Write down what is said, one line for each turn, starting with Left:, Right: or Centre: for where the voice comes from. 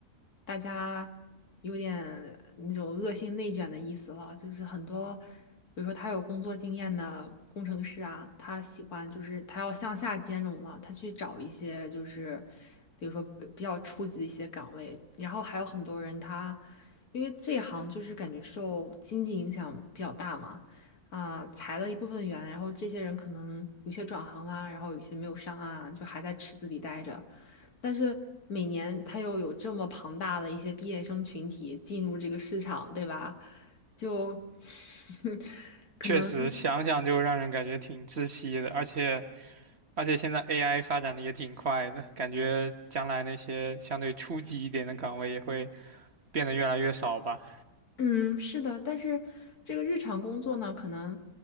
Left: 大家有点那种恶性内卷的意思了，就是很多，比如说他有工作经验的工程师啊，他喜欢就是他要向下兼容了，他去找一些就是比如说呃比较初级的一些岗位，然后还有很多人他因为这行就是感觉受经济影响比较大嘛。啊、裁了一部分员，然后这些人可能有些转行啦、然后有些没有上岸啊，就还在池子里待着。但是每年他又有这么庞大的一些毕业生群体进入这个市场，对吧？就 <laughs> 可能
Right: 确实想想就让人感觉挺窒息的，而且而且现在 AI 发展的也挺快的，感觉将来那些相对初级一点的岗位也会变得越来越少吧。
Left: 嗯，是的，但是这个日常工作呢，可能